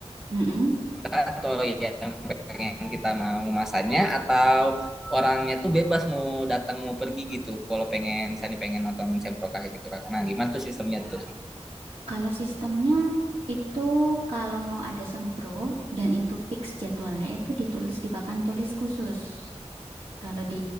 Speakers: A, on the right (about 55°); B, in the centre.
A: mm-mm.
B: kita atau yang pengen kita mau masanya atau orangnya tuh bebas mau datang mau pergi gitu. Kalau pengen misalnya pengen nonton sempro kakek gitu. kan. Nah, gimana tuh sistemnya tuh?
A: Kalau sistemnya itu kalau mau ada sempro dan itu fix jadwalnya itu ditulis di papan tulis khusus. Kalau di